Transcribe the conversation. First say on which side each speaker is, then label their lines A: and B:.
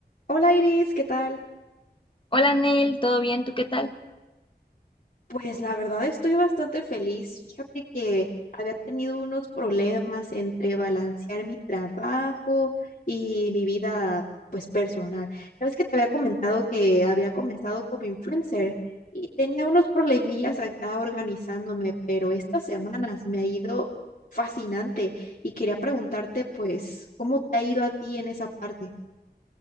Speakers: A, on the left (about 50°); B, on the left (about 30°).
A: Hola Iris, ¿qué tal?
B: Hola Nel, ¿todo bien? ¿Tú qué tal?
A: Pues la verdad estoy bastante feliz. Fíjate que había tenido unos problemas entre balancear mi trabajo y mi vida pues personal. Ya ves que te había comentado que había comenzado como influencer y tenía unos problemillas acá organizándome, pero estas semanas me ha ido fascinante y quería preguntarte pues, ¿cómo te ha ido a ti en esa parte?